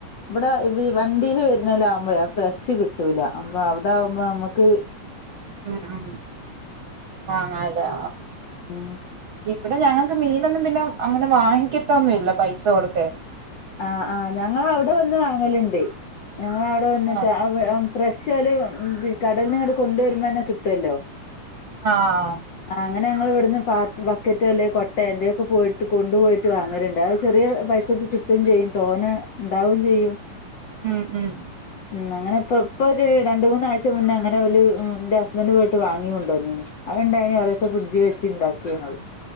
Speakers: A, on the left; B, on the right.
A: ഇവിടെ ഈ വണ്ടീല് വര്നോലാവുമ്പെ ആ ഫ്രഷ് കിട്ടൂല അപ്പ അവടെ ആവുമ്പോ നമ്മക്ക്
B: ഉം വാങ്ങാലോ
A: ഉം
B: ഇവിടെ ഞങ്ങക്ക് മീനൊന്നും പിന്നെ അങ്ങനെ വാങ്ങിക്കത്തൊന്നും ഇല്ല പൈസ കൊടുത്തെയ്
A: ആഹ് ആഹ് ഞങ്ങള് അവിടെ വന്ന് വാങ്ങല്ണ്ടയ് ഞങ്ങളവിടെ വന്നിട്ട്
B: ആഹ്
A: ആ ഫ്രഷ് ഓല് ഉം വ് കടൽന്ന് ഇങ്ങട്ട് കൊണ്ടുവരുമ്പോ തന്നെ കിട്ടുവല്ലോ.
B: ആഹ്
A: ആ അങ്ങനെ ഞങ്ങൾ ഇവിടുന്ന് പാത് ബക്കറ്റോ അല്ലെ കൊട്ടേ എന്തേലൊക്കെ പോയിട്ട് കൊണ്ടു പോയിട്ട് വാങ്ങല്ണ്ട്. ചെറിയ പൈസക്ക് കിട്ടും ചെയ്യും തോനെ ഉണ്ടാവും ചെയ്യും.
B: ഉം ഉം
A: ഉം അങ്ങനെ ഇപ്പ ഇപ്പൊര് രണ്ട് മൂന്നാഴ്ച മുന്നേ അങ്ങനെ ഓല് ഇന്റെ ഹസ്ബൻറ് പോയിട്ട് വാങ്ങിക്കൊണ്ടു വന്നീന്. അത്ണ്ടായാ കൊറേ ദിവസം ഫ്രിഡ്ജിൽ വെച്ച്ണ്ടാക്കി ഞങ്ങള്.